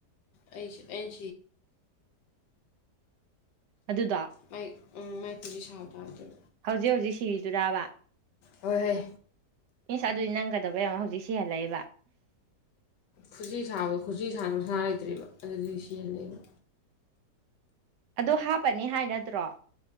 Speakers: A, on the left; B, on the right.
A: ꯑꯩ ꯑꯩ
B: ꯑꯗꯨꯗ
A: ꯃꯥꯏ ꯎꯝ ꯀꯖꯤ ꯁꯥꯥꯞꯗꯔꯗ
B: ꯍꯧꯖꯤꯛ ꯍꯧꯖꯤꯛ ꯁꯤꯔꯤꯗꯨꯔꯥꯕ
A: ꯑꯣꯏꯍꯣꯏ
B: ꯏꯁꯁ ꯑꯗꯨꯗꯤ ꯅꯪ ꯀꯩꯗꯧꯕꯔꯝꯃꯣ ꯍꯧꯖꯤꯛ ꯁꯤꯍꯜꯂꯛꯦꯕ
A: ꯈꯨꯖꯤ ꯁꯥꯕꯗꯣ ꯈꯨꯖꯤ ꯁꯥꯅꯕ ꯁꯅꯥ ꯂꯩꯇ꯭ꯔꯤꯕ ꯑꯗꯨꯗꯤ ꯁꯤꯖꯤꯟꯅꯂꯦꯕ
B: ꯑꯗꯨ ꯍꯥꯞꯄꯅꯤ ꯍꯥꯏꯅꯗ꯭ꯔꯣ